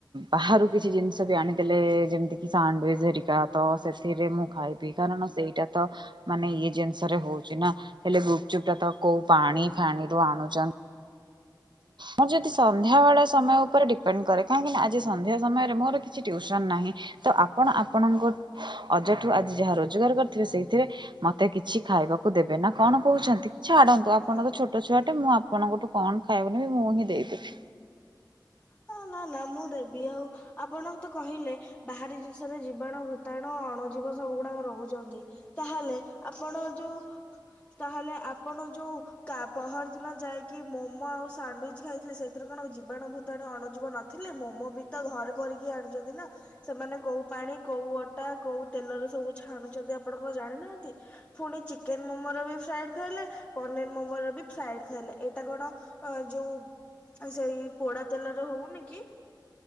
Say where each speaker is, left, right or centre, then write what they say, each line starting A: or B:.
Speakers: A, on the right (about 75°); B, on the left (about 15°).
A: ବାହାରୁ କିଛି ଜିନିଷ ବି ଆଣିଦେଲେ ଯେମିତିକି ସାଣ୍ଡୱିଚ୍ ହେରିକା ତ ସେଥିରେ ମୁଁ ଖାଇବି। କାରଣ ସେଇ ଟା ତ ମାନେ ଇଏ ଜିନିଷରେ ହଉଛି ନା ହେଲେ ଗୁପଚୁପ ଟା ତ କୋଉ ପାଣି ଫାଣିରୁ ଆଣୁଛନ୍ତି। ମୁଁ ଯଦି ସନ୍ଧ୍ୟା ବଳ ସମୟ ଉପରେ ଡିପେଣ୍ଡ କରେ କାହିଁକି ନା ଆଜି ସନ୍ଧ୍ୟା ସମୟରେ ମୋର କିଛି ଟିଉସନ ନାହିଁ। ତ ଆପଣ ଆପଣଙ୍କ ଅଜାଠୁ ଆଜି ଯାହା ରୋଜଗାର କରିଥିବେ ସେଇଥିରେ ମତେ କିଛି ଖାଇବାକୁ ଦେବେ ନା କଣ କହୁଛନ୍ତି? ଛାଡନ୍ତୁ ଆପଣ
B: ହଁ
A: ତ ଛୋଟ ଛୁଆଟେ ମୁଁ ଆପଣଙ୍କଠୁ କଣ ଖାଇବିନି ମୁଁ ହିଁ ଦେଇଦେବି।
B: ହଁ ନା ନା ମୁଁ ଦେବି ଆଉ ଆପଣଙ୍କୁ ତ କହିଲେ ବାହାରି ଜିନିଷରେ ଜୀବାଣୁ, ଭୂତାଣୁ, ଅଣଜୀବ ସବୁ ଗୁଡାକ ରହୁଛନ୍ତି। ତାହେଲେ ଆପଣ ଯୋଉ ତାହେଲେ ଆପଣ ଯୋଉ ତା ପହର ଦିନ ଯାଇକି ମୋମୋ ଆଉ ସାଣ୍ଡୱିଚ ଖାଇଥିଲେ। ସେଇଥିରେ କଣ ଜୀବ ବାଣୁ, ଭୂତାଣୁ, ଅଣୁଜିବ ନଥିଲେ ମୋମୋ ବି ତ ଘରେ କରିକି ଆଣିଛନ୍ତି ନା। ସେମାନେ କୋଉ ପାଣି କୋଉ ଅଟା କୋଉ ତେଲରେ ସବୁ ଛାଣୁଛନ୍ତି ଆପଣ କଣ ଜାଣିନାହାନ୍ତି? ପୁଣି ଚିକେନ ମୋମୋର ବି ଫ୍ରାଏଡ ଖାଇଲେ, ପନିର ମୋମୋର ବି ଫ୍ରାଏଡ ଖାଇଲେ। ଏଇଟା କଣ ଅ ଯୋଉ ସେଇ ପୋଡା ତେଲରେ ହଉନି କି?